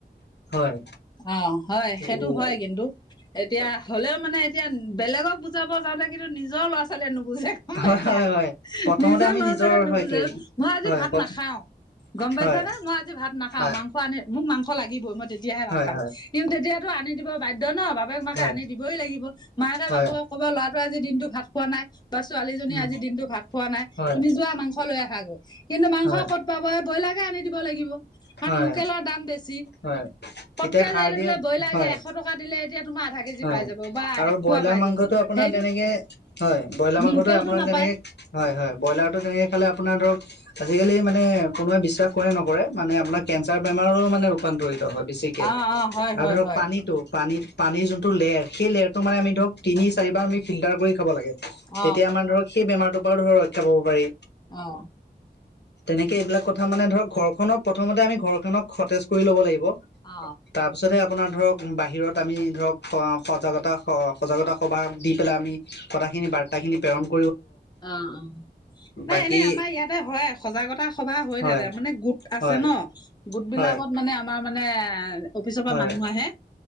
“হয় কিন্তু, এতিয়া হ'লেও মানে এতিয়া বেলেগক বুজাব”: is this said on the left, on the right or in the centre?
Left